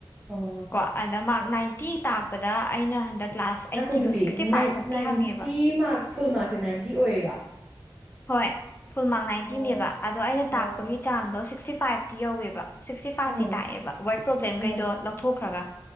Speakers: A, on the right (about 15°); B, on the left (about 25°).
A: ꯑꯣ
B: ꯀꯣ ꯑꯗ ꯃꯥꯔꯛ ꯅꯥꯏꯟꯇꯤ ꯇꯥꯛꯄꯗ ꯑꯩꯅ ꯍꯟꯗꯛ ꯀ꯭ꯂꯥꯁ ꯑꯩꯠꯀꯤꯗꯣ
A: ꯑꯩꯈꯣꯏ ꯅꯨꯄꯤ
B: ꯁꯤꯛꯁꯇꯤ ꯐꯥꯏꯚꯃꯨꯛꯇꯤ
A: ꯅꯥꯏꯟ ꯅꯥꯏꯟꯇꯤ
B: ꯍꯪꯉꯦꯕ
A: ꯃꯥꯔꯛ ꯐꯨꯜ ꯃꯥꯔꯛꯁꯦ ꯅꯥꯏꯟꯇꯤ ꯑꯣꯏꯔꯤꯔꯣ
B: ꯍꯣꯏ ꯐꯨꯜꯃꯥꯛ ꯅꯥꯏꯟꯇꯤꯅꯦꯕ
A: ꯑꯣ
B: ꯑꯗꯣ ꯑꯩꯅ
A: ꯑꯣ
B: ꯇꯥꯛꯄꯒꯤ ꯆꯥꯡꯗꯣ ꯁꯤꯛꯁꯇꯤ ꯐꯥꯏꯚꯇꯤ ꯌꯧꯋꯦꯕ ꯁꯤꯛꯁꯇꯤ ꯐꯥꯏꯚꯇꯤ
A: ꯎꯝ
B: ꯇꯥꯛꯑꯦꯕ ꯋꯥꯔꯗ ꯄ꯭ꯔꯣꯕ꯭ꯂꯦꯝ
A: ꯎꯝ
B: ꯀꯩꯗꯣ ꯂꯧ ꯊꯣꯛꯈ꯭ꯔꯒ